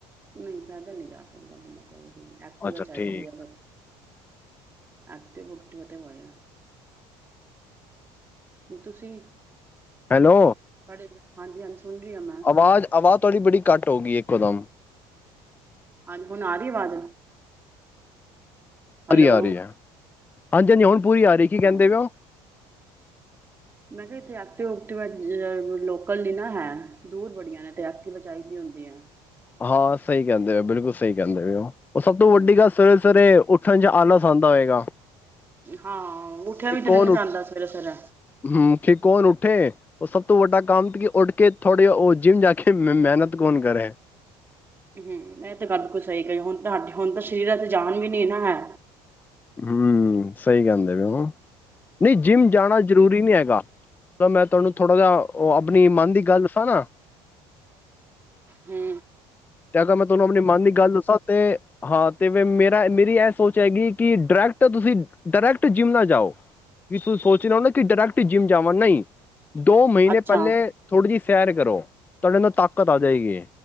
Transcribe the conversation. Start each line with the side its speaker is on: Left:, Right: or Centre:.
Right: ਨਹੀਂ, ਏਦਾ ਨਹੀਂ ਜਾ ਸਕਦਾ ਬੰਦਾ ਕੋਈ ਵੀ। ਐਕਟਿਵਾ
Left: ਅੱਛਾ
Right: ਚਾਹੀਦੀ
Left: ਠੀਕ
Right: ਆ ਉਹਨੂੰ। ਐਕਟਿਵਾ ਓਕਟੀਵਾ ਤੇ ਹੋਏਗਾ। <unintelligible> ਹੁਣ ਤੁਸੀਂ।
Left: ਹੈਲੋ!
Right: ਹਾਂਜੀ-ਹਾਂਜੀ ਸੁਣ ਰਹੀ ਹਾਂ ਮੈਂ।
Left: ਆਵਾਜ਼-ਆਵਾਜ਼, ਤੁਹਾਡੀ ਬੜੀ ਘੱਟ ਹੋ ਗਈ ਏ ਇੱਕੋ ਦਮ।
Right: ਹਾਂਜੀ, ਹੁਣ ਆ ਰਹੀ ਆਵਾਜ਼? ਹੈਲੋ
Left: ਆ ਰਹੀ, ਆ ਰਹੀ ਐ। ਹਾਂਜੀ- ਹਾਂਜੀ, ਹੁਣ ਪੂਰੀ ਆ ਰਹੀ। ਕੀ ਕਹਿੰਦੇ
Right: ਹਾਂਜੀ
Left: ਪੇਓ?
Right: ਮੈਂ ਕਿਹਾ ਇਥੇ ਐਕਟਿਵਕਟਿ-ਊਕਟਿਵਾ ਲੋਕਲ ਨੀ ਨਾ ਹੈ। ਦੂਰ ਬੜੀਆਂ ਨੇ, ਐਕਟਿਵਾ ਚਾਹੀਦੀ ਹੁੰਦੀ ਹੈ।
Left: ਹਾਂ ਸਹੀ ਕਹਿੰਦੇ ਪਏ ਹੋ। ਬਿਲਕੁਲ ਸਹੀ ਕਹਿੰਦੇ ਪਏ ਹੋ। ਔਰ ਸਭ ਤੋਂ ਵੱਡੀ
Right: ਹਮ
Left: ਗੱਲ ਸਵੇਰੇ-ਸਵੇਰੇ ਉੱਠਣ ਚ ਆਲਾਸ ਆਂਦਾ ਹੋਏਗਾ।
Right: ਹਾਂ। ਉੱਠਿਆ
Left: ਕਿ
Right: ਵੀ ਤੇ
Left: ਕੌਣ
Right: ਨੀ ਨਾ ਜਾਂਦਾ
Left: ਉੱਠ,
Right: ਸਵੇਰੇ ਸਵੇਰੇ
Left: ਹਮ, ਕਿ ਕੌਣ ਉੱਠ ਉੱਠੇ ਤੇ ਸਭ ਤੋਂ ਵੱਡਾ ਕੰਮ ਕਿ, ਉੱਠ ਕੇ ਥੋੜੀ, ਉਹ ਜਿੰਮ ਜਾ ਕੇ ਮੇਹਨਤ ਕੌਣ ਕਰੇ?
Right: ਹਮ, ਏਹ ਤੇ ਗੱਲ ਬਿਲਕੁਲ ਸਹੀ ਕਹੀ ਹੁਨ ਤੁਹਾਡੇ, ਹੁਨ ਤਾਂ ਸਰੀਰਾਂ ਚ ਜਾਨ ਵੀ ਨੀ ਨਾ ਹੈ।
Left: ਹਮ, ਸਹੀ ਕਹਿੰਦੇ ਪਏਓ ਹਾ। ਨਹੀਂ, ਜਿੰਮ ਜਾਣਾ ਜ਼ਰੂਰੀ ਨਹੀਂ ਹੈਗਾ। ਪਰ ਮੈਂ ਤੁਹਾਨੂੰ ਥੋੜ੍ਹਾ ਜਿਹਾ, ਉਹ ਆਪਣੀ ਮਨ ਦੀ ਗੱਲ ਦੱਸਾਂ ਨਾ।
Right: ਹੂੰ
Left: ਤੇ ਅਗਰ ਮੈਂ ਤੁਹਾਨੂੰ, ਅਪਨੀ ਮਨ ਦੀ ਗੱਲ ਦੱਸਾਂ ਤੇ ਹਾਂ ਤੇ ਮ-ਮ-ਮੇਰਾ ਮੇਰੀ ਇਹ ਸੋਚ ਹੈਗੀ ਕਿ ਡਰੈਕਟ, ਤੁਸੀਂ ਡਰੈਕਟ ਜਿੰਮ ਨਾ ਜਾਓ। ਤੁਸੀਂ ਸੋਚ ਰਹੇ ਹੋ ਨਾ ਕਿ ਡਰੈਕਟ ਜਿੰਮ ਜਾਵਾਂ। ਨਹੀਂ। ਦੋ ਮਹੀਨੇ
Right: ਅੱਛਾ
Left: ਪਹਿਲੇ, ਥੋੜੀ ਜਿਹੀ ਸੈਰ ਕਰੋ, ਤੁਹਾਡੇ ਨਾ ਤਾਕਤ ਆ ਜਾਏਗੀ।